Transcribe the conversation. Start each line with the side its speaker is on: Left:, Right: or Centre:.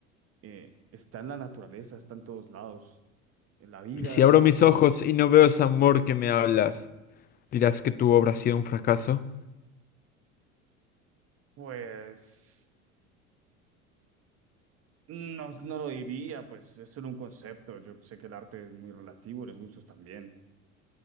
Right: eh, está en la naturaleza, está en todos lados, en la vida,
Left: Y si abro
Right: la
Left: mis
Right: naturaleza.
Left: ojos y no veo ese amor que me hablas, ¿dirás que tu obra ha sido un fracaso?
Right: Pues no, no lo diría, pues es solo un concepto. Yo sé que el arte es muy relativo, los gustos también.